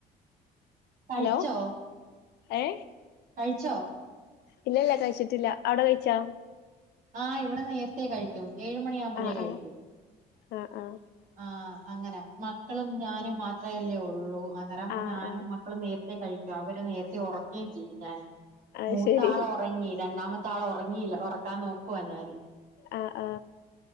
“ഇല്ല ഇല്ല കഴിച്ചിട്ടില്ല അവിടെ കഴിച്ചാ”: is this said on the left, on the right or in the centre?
Left